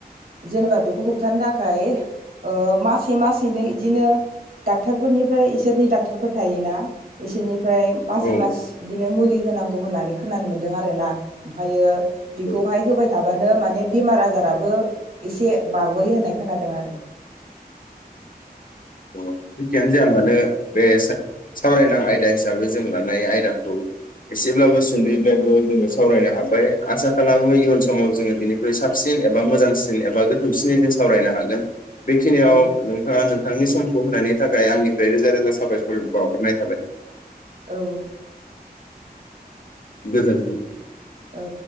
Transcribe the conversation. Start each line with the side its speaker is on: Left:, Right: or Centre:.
Right: जेनेबा बेखौ होबथानो थाखाय मासे मासेनो इदिनो दाक। डाक्टार फोरनिफ्राय इसोरनि डाक्टारफोर थायोना इसोरनि। ओमफ्राय मासै
Left: औ
Right: मास। बिदिनो मुलि होनांगौ होननानै खोनानो मोनदों आरोना ओमफायो बेखौहाय
Left: औ
Right: होबाय थाबानो माने बेमार आजाराबो एसे बारग'यो होननाय खोनादों आरो।
Left: जेखियानो जाया मानो बे सावरायनां आयदा हिसाबै जों लानाय जेखियानो जाया मानो बे सा-सावरायनां आयदा हिसाबै जों लानाय आयदाखौ एसेब्लाबो सुंद'यैब्लाबो जोङो सावरायनो हाबाय आसा खालामो इयुन समाव जोङो बिनिख्रुइ साबसिन एबा मोजांसिन एबा गोथौसिनै जों सावरायनो हागोन। बेखिनियाव
Right: औ
Left: नोंथाङा नोंथांनि सम। खौ होनायनि थाखाय आंनिफ्राय रोजा रोजा साबायखरखौ बाउहरनाय थाबाय।
Right: औ।
Left: गोजोन्थों।
Right: औ।